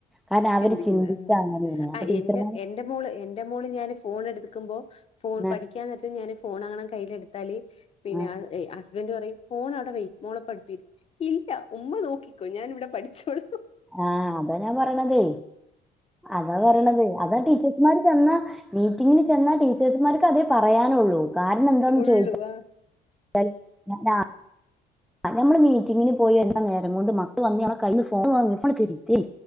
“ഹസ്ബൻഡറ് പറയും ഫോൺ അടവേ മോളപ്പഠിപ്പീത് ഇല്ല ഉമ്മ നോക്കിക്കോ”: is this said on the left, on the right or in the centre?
Left